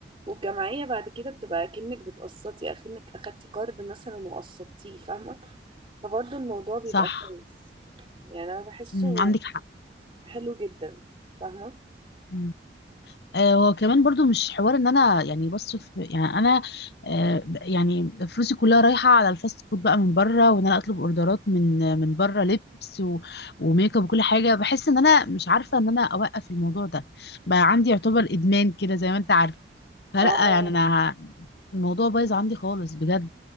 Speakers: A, on the right (about 30°); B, on the left (about 65°).
A: والجمعية بعد كده بتبقى كأنك بتقسطي أكنك أخدتي قرض مثلا وقسطتيه فاهمة فبرضه الموضوع بيبقى
B: صح
A: كويس يعني أنا بحسه
B: امم عندك حق
A: حلو جدا فاهمة
B: امم آه، وكمان برضو مش حوار ان انا يعني بصرف يعني انا آه، ب- يعني فلوسي كلها رايحه على الفاست فود بقى من بره وان انا اطلب اوردرات من من بره لبس و- وميك اب وكل حاجه بحس ان انا مش عارفه ان انا اوقف الموضوع ده بقى عندي يعتبر ادمان كده زي ما انت عارف فلا
A: اه
B: يعني انا ه- الموضوع بايظ عندي خالص بجد